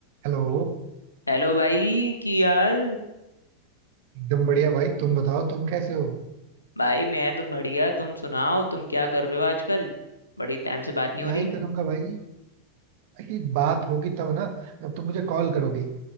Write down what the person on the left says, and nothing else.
Hello भाई की हाल
भाई मैं तो बढ़िया तुम सुनाओ तुम क्या कर रहे हो आजकल बड़ी टाइम से बात नहीं
हो रही